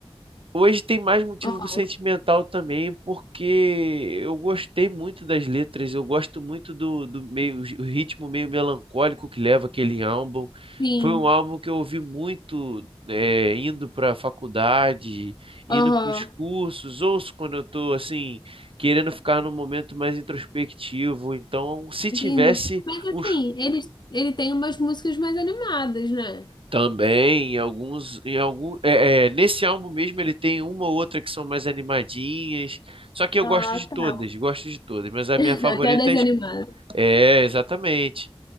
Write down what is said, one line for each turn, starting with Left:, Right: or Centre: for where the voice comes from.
Right: Hoje tem mais motivo
Left: Aham,
Right: sentimental também, porque eu gostei muito das letras, eu gosto muito do, do meio, o ritmo meio melancólico que leva aquele álbum.
Left: Sim.
Right: Foi um álbum que eu ouvi muito eh, indo para a faculdade, indo
Left: Aham.
Right: para os cursos, ouço quando eu estou assim, querendo ficar num momento mais introspectivo. Então, se tivesse
Left: Entendi. Mas assim,
Right: um
Left: ele, ele tem umas músicas mais animadas, né?
Right: Também, em alguns, em algum, é, é, nesse álbum mesmo ele tem uma ou outra que são mais animadinhas. Só que eu
Left: Ah,
Right: gosto de todas,
Left: tá.
Right: gosto de todas, mas a minha
Left: <laughs>
Right: favorita
Left: Até das
Right: é,
Left: animadas.
Right: Sp- é, exatamente.